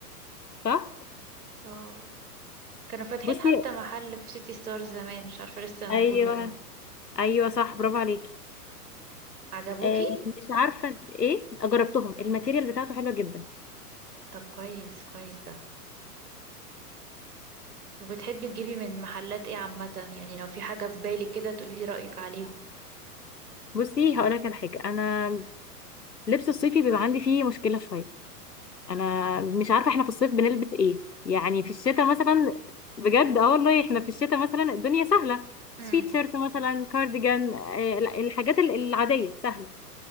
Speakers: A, on the left (about 85°); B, on the right (about 70°).
A: صح
B: اه كانوا فاتحين
A: بصي
B: حتى محل في سيتي ستارز زمان مش عارفة لسه
A: ايوه
B: موجود ولا لا
A: ايوه صح برافو عليكي
B: عجبوكي
A: آه، مش عارفه ايه جربتهم الماتيريال بتاعته حلوه جدا
B: طب كويس كويس ده وبتحبي تجيبي من محلات ايه عامة يعني لو في حاجة في بالك كده تقولي رأيك عليهم
A: بصي هقول لك على حاجه انا لبس الصيفي بيبقى عندي فيه مشكله شويه انا مش عارفه احنا في الصيف بنلبس ايه يعني في الشتاء مثلا بجد اه والله احنا في الشتاء مثلا الدنيا سهله
B: امم
A: سويتشيرت مثلا كارديجان آه، لا، الحاجات ال- العاديه سهله